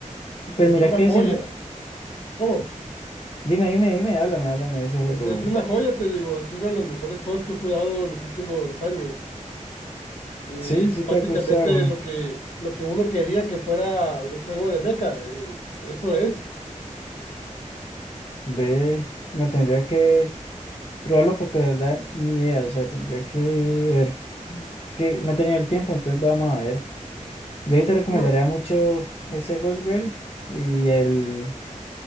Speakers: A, on the left; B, on the left.
A: pues
B: Es
A: mira
B: una
A: que
B: joya.
A: ese no...
B: ¿Cómo?
A: Dime, dime, dime, háblame, háblame de ese juego.
B: Es, es una joya, te digo. Es uno de los mejores juegos que he jugado en los últimos años. Eh,
A: Sí,
B: Es
A: sí te
B: básicamente
A: ha gustado.
B: lo que, lo que uno quería que fuera un juego de mecha. eh, eso es.
A: Ve, no tendría que probarlo porque la verdad ni idea, o sea, tendría que ver. Es que no he tenido el tiempo, entonces vamos a ver. Yo ahí te recomendaría
B: Bueno,
A: mucho ese Ghostwire y el